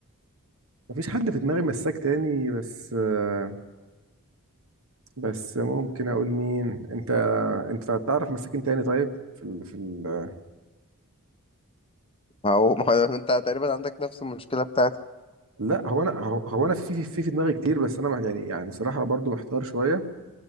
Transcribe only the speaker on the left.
ما هو ما هو انت تقريبا عندك نفس المشكله بتاعتي